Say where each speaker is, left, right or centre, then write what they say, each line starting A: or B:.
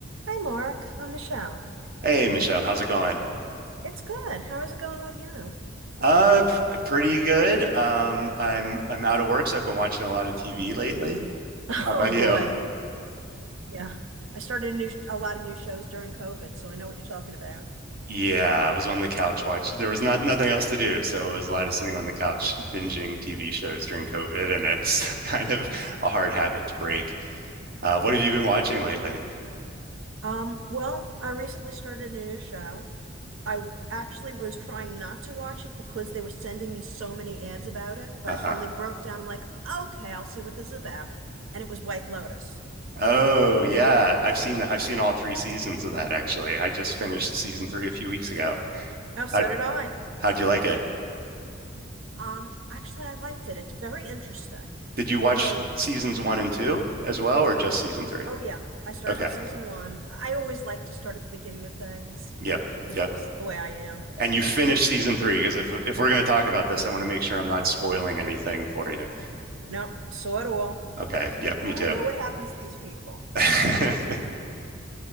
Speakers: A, on the right; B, on the right.
A: Hi, Mark. I'm Michelle.
B: Hey Michelle, how's it going?
A: It's good. How is it going with you?
B: Uh, pr pretty good. Um, I'm I'm out of work, so I've been watching a lot of TV lately.
A: <laughs>
B: How about
A: Oh
B: you?
A: boy. Yeah. I started a new a lot of new shows during COVID, so I know what you're talking about.
B: Yeah, I was on the couch watching. There was not nothing else to do, so it was a lot of sitting on the couch binging TV shows during COVID, and it's <laughs> kind of a hard habit to break. Uh, what have you been watching
A: Totally.
B: lately?
A: Um, well, I recently started a new show. I w- actually was trying not to watch it because they were sending me so many ads about it, but
B: Uh-huh.
A: I finally broke down. I'm like, okay, I'll see what this is about. And it was White Lotus.
B: Oh yeah, I've seen that. I've seen all three seasons of that actually. I just finished season three a few weeks ago.
A: Oh, so
B: How
A: did I.
B: how'd you like it?
A: Um, actually, I liked it. It's very interesting.
B: Did you watch
A: Although
B: seasons one and two as well, or just season three?
A: Oh yeah, I started
B: Okay.
A: with season one. I always like to start at the beginning of things.
B: Yep.
A: That's
B: Yep.
A: just the way I am.
B: And you finished
A: And
B: season three because if if we're going to talk about this, I want to make sure I'm not spoiling anything for you.
A: no, so do all.
B: Okay. Yep.
A: So
B: Me
A: I
B: too.
A: know what happens to these people.
B: <laughs>